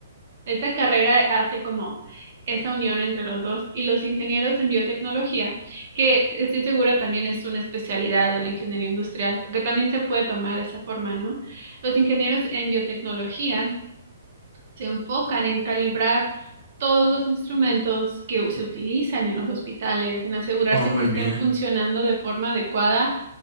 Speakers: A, on the right; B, in the centre.
A: Esta carrera hace como esa unión entre los dos y los ingenieros en biotecnología, que estoy segura también es una especialidad de la ingeniería industrial, que también se puede tomar de esa forma, ¿no? Los ingenieros en biotecnología se enfocan en calibrar todos los instrumentos que se utilizan en los hospitales, en asegurarse
B: Oh, muy
A: que estén
B: bien.
A: funcionando de forma adecuada,